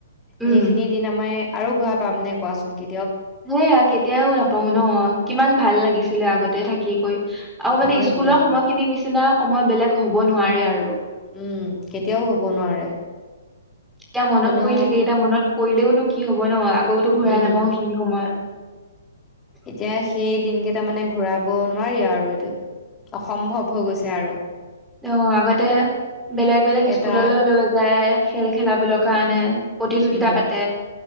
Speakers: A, in the centre; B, on the left.
A: উম
B: সেইখিনি দিন আমাৰ। আৰু ঘৰা পাম নে কোৱাচোন কে।
A: সেয়া কেতিয়াও নাপাও ন কিমান ভাল লাগিছিলে আগতে থাকি। কৈ আৰু মানে
B: হয়
A: স্কুলৰ
B: দিয়া
A: সময়খিনি নি নিচিনা সময় বেলেগ হ'ব নোৱাৰে আৰু
B: উম কেতিয়াও হব নোৱাৰে।
A: এতিয়া মনত
B: কোনেও
A: পৰি থাকে এতিয়া মনত পৰিলেওনো কি হব ন আকৌতো ঘূৰাই
B: উম
A: নাপাও সেইখিনি সময়ত
B: এতিয়া সেই দিনকেইটা মানে ঘূৰাব নোৱাৰি আৰু এইটো অসম্ভৱ হৈ গৈছে আৰু
A: অহ আগতে বেলেগ বেলেগ
B: এটা
A: স্কুললৈ লৈ যায় খেল খেলাবলৈ কাৰণে প্ৰতিযোগিতা
B: উম
A: পাতে